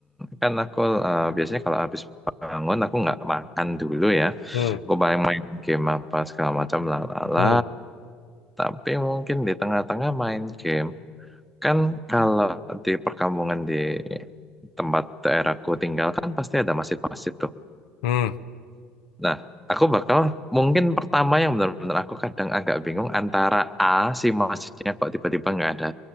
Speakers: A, in the centre; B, on the left.
A: kan aku eh, biasanya kalau habis bangun aku nggak makan dulu ya.
B: hmm
A: Aku paling main game apa segala macam lalala.
B: hmm
A: Tapi mungkin di tengah-tengah main game. Kan kalau di perkampungan di tempat daerahku tinggal kan pasti ada masjid-masjid tuh.
B: hmm hmm
A: Nah, aku bakal mungkin pertama yang benar-benar aku kadang agak bingung antara A si masjidnya kok tiba-tiba nggak ada